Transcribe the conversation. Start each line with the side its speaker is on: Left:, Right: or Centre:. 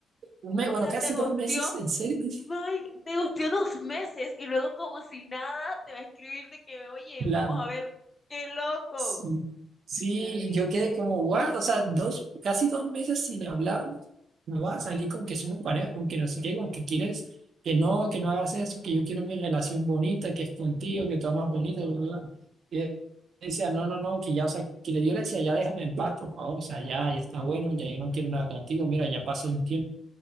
Right: un mes,
Left: O
Right: bueno,
Left: sea,
Right: casi
Left: te gustió,
Right: dos meses, ¿en serio? Me dice,
Left: Mike, te gustió dos meses y luego como si nada te va a escribir de que, oye,
Right: claro.
Left: vamos a ver, qué loco.
Right: Sí, sí,
Left: Terrible.
Right: yo quedé como, guau, o sea, dos, casi dos meses sin hablarnos. No va a salir con que somos pareja, con que no sé qué, con que quieres que no, que no hagas eso, que yo quiero mi relación bonita, que es contigo, que tú amas bonito, bla, bla. bla". Y él decía, no, no, no, que ya, o sea, que le dio le decía, ya déjame en paz, por favor, o sea, ya, ya está bueno, ya yo no quiero nada contigo, mira, ya pasó un tiempo,